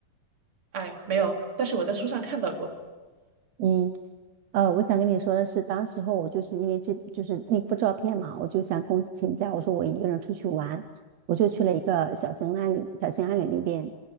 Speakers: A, on the right; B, on the right.
A: 哎，没有，但是我在书上看到过
B: 嗯，呃，我想跟你说的是，当时候我就是因为这就是那幅照片嘛，我就向公司请假，我说我一个人出去玩，我就去了一个小兴安岭，小兴安岭那边。